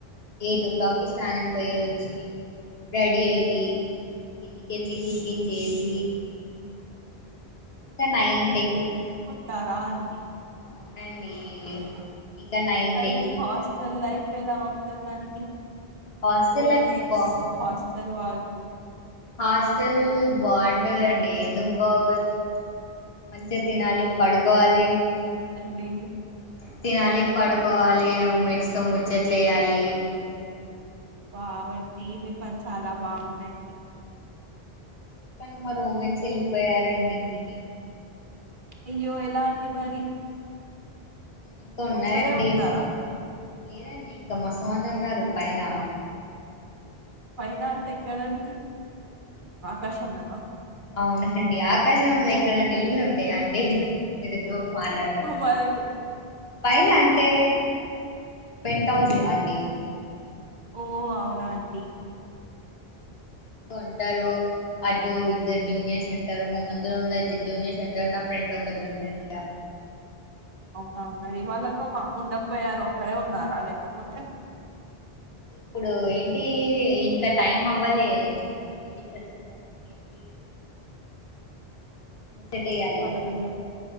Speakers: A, on the left; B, on the right.
A: ఎయిట్ ఓ క్లాక్కిి స్నానంకి పోయి వచ్చి రెడీ అయ్యి కిందికెళ్ళి టిఫిన్ చేసి ఇంకా నైన్ టీన్
B: తరా అండి
A: అవునండి ఇంకా నైన్
B: మరి
A: టెన్
B: న హాస్టెల్ లైఫ్ ఎలా సపానికినికి
A: హాస్టల్
B: రూ
A: లైఫ్ బా
B: హస్టల్ వాల్
A: హాస్టల్ బాగుంటందండి ఎందుకు బాగోదు మంచిగా తినాలి పడుకోవాలి
B: అ
A: తినాలి పడుకోవాలి రూమ్మేట్స్ తో ముచ్చట్లు వేయాలి
B: బబట్ దవి పని చాలా బాగుందడి
A: కానీ మా రోమాన్స్ వెళ్ళిపోయారండి ఇంటికి
B: అయ్యో ఎలా అంటి మరి
A: ఇంకా ఉన్నారండి
B: ఒక్కరే ఉంటారా
A: లేదండి ఇంకా మస్తు మంది ఉన్నారు పైన
B: పైన అంటే ఎక్కడంటడి ఆకాశందమ్మా
A: అవునండి ఆకాశంలో ఎక్కడ నీళ్లు ఉంటాయా అండి మీరు దో మాట్లాడతారు
B: మరి
A: పైన అంటే పెంట్ హౌస్లు అండి
B: ఓ అవునాగది
A: ఇంక ఉంటారు అటు ఇద్దరు జూనియర్స్ ఉంటారు మామందు రూ లో ఇద్దరు జూనియర్స్ ఉంటారు నా ఫ్రెండ్ ఒకటి ఉంటారు ఇక
B: అవునా మరి వాళ్ళతో మా ఉండపోయారు ఒకసరే ఉన్నారా లేకపోతే
A: ఇప్పుడు ఏంటి ఇంకా టైం అవ్వాలి తినడానికి వెళ్ళి సచ్చిన్ తేకి ఇకెళ్ళి ముచ్చటయాలి
B: వాళ్ళ రూమ్ లో